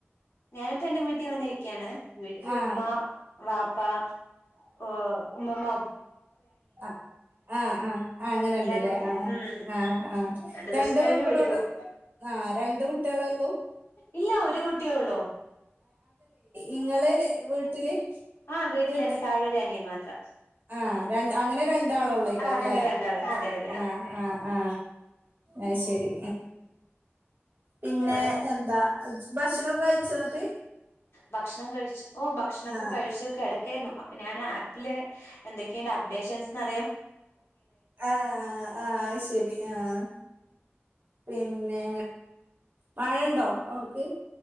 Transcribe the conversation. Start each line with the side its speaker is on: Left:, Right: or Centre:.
Left: ഞാനിപ്പോ എന്റെ വീട്ടിൽ വന്നിരി കാണ് വീട്ടിൽ
Right: ആഹ്
Left: ഉമ്മ ബാ ഉപ്പാ ഓ ഉമ്മുമ്മ
Right: ആ ആ ആ ആ അങ്ങനെ
Left: എല്ലാരും
Right: ഉണ്ടല്ലേ
Left: ഉണ്ട്.
Right: ആ
Left: ഉം
Right: ആ ആ
Left: രണ്ടു ദിവസം
Right: രണ്ട്
Left: കഴിഞ്ഞ
Right: മക്കള
Left: വീട്ടിൽ
Right: ഒള്ളൂ
Left: പോവും
Right: ആ രണ്ട് കുട്ടികൾ ഉള്ളൂ
Left: ഇല്ല ഒരു കുട്ടിയേ ഉള്ളൂ
Right: ഇങ്ങൾ വീട്ടിൽ
Left: ആ
Right: വീട്ടിൽ
Left: എന്റെ താഴെ ഒരു അനിയൻ മാത്രം
Right: ആ രണ്ട് അങ്ങനെ രണ്ടാൾ ഉള്ളേക്കാറല്ലേ
Left: ആ ഞങ്ങൾ രണ്ടാള് അതെ അതെ
Right: ആ ആ ആ ആയ് ശരി പിന്നെ
Left: ഇവിടെ
Right: എന്താ ഭക്ഷണം ഓക്കെ കഴിച്ചോന്നിണ്ട്
Left: ഭക്ഷണം കഴിച്ചു ഓ ഭക്ഷണം മൊക്കെ
Right: ആഹ്
Left: കഴിച്ച കെടെക്കെയിരുന്നു ഞാൻ ആപ്പില് എന്തൊക്കെയ അപ്ഡേഷൻസ് നാ
Right: ആ ആയ് ശരി ആഹ് പിന്നെ മഴയോണ്ടോ അവിടുക്ക്